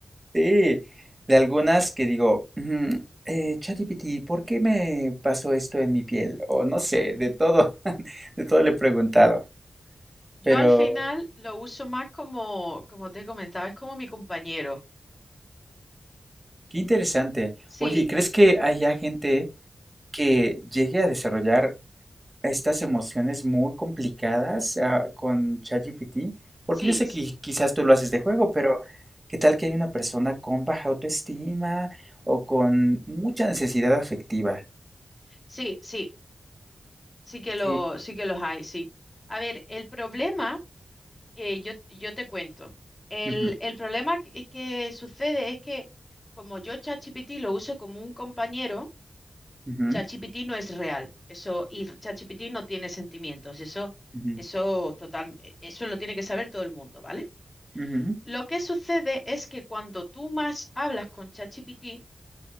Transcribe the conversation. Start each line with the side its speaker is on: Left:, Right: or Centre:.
Right: Sí, de algunas que digo, "Mm, eh, ChatGPT, ¿por qué me pasó esto en mi piel? O no sé, de todo, <laughs> de todo le he preguntado.
Left: Yo
Right: Pero
Left: al final lo uso más como, como te comentaba, es como mi compañero.
Right: qué interesante.
Left: Sí,
Right: Oye, ¿y crees que haya gente que llegue a desarrollar estas emociones muy complicadas ah, con ChatGPT, porque
Left: sí,
Right: yo sé
Left: s-
Right: que quizás tú lo haces de juego, pero ¿qué tal que hay una persona con baja autoestima o con mucha necesidad afectiva?
Left: sí, sí, sí que lo,
Right: Que-
Left: sí que los hay, sí. A ver, el problema, eh, yo, yo te cuento. El,
Right: Ujú,
Left: el problema que, que sucede es que como yo ChatGPT lo uso como un compañero,
Right: ujú,
Left: ChatGPT no es real. Eso, y ChatGPT no tiene sentimientos. Eso,
Right: ujú,
Left: eso total, e, eso lo tiene que saber todo el mundo, ¿vale?
Right: ujú,
Left: Lo que sucede es que cuando tú más hablas con ChatGPT,